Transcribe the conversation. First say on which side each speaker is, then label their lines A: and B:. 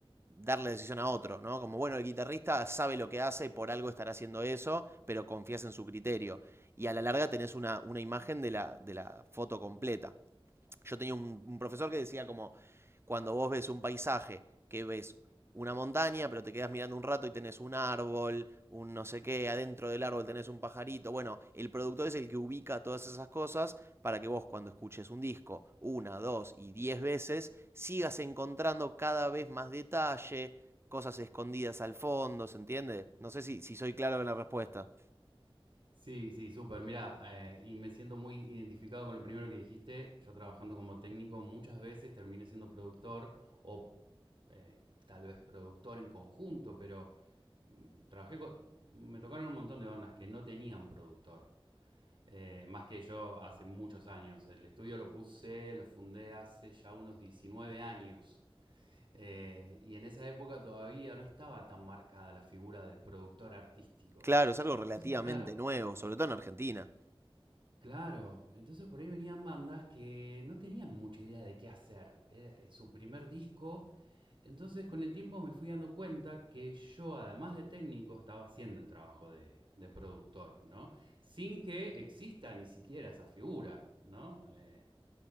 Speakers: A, on the right; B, on the right.
A: darle la decisión a otro, ¿no? Como, bueno, el guitarrista sabe lo que hace y por algo estará haciendo eso, pero confías en su criterio. Y a la larga tenés una, una imagen de la, de la foto completa. Yo tenía un, un profesor que decía como, cuando vos ves un paisaje que ves una montaña, pero te quedas mirando un rato y tenés un árbol, un no sé qué, adentro del árbol tenés un pajarito. Bueno, el productor es el que ubica todas esas cosas para que vos cuando escuches un disco una, dos y diez veces, sigas encontrando cada vez más detalle, cosas escondidas al fondo, ¿se entiende? No sé si, si soy claro en la respuesta.
B: Sí, sí, súper. Mira, eh, y me siento muy identificado con lo primero que dijiste. Yo trabajando como técnico muchas veces terminé siendo productor o eh, tal vez productor en conjunto, pero mm, trabajé co- me tocaron un montón de bandas que no tenían productor. Eh, más que yo hace muchos años. El estudio lo puse, lo fundé hace ya unos 19 años. Eh, y en esa época todavía no estaba tan marcada la figura del productor artístico.
A: Claro, es algo relativamente
B: Entonces, claro,
A: nuevo, sobre todo en Argentina.
B: claro. Entonces por ahí venían bandas que no tenían mucha idea de qué hacer. Era eh, su primer disco. Entonces con el tiempo me fui dando cuenta que yo, además de técnico, estaba haciendo el trabajo de, de productor, ¿no? Sin que exista ni siquiera esa figura, ¿no? Eh,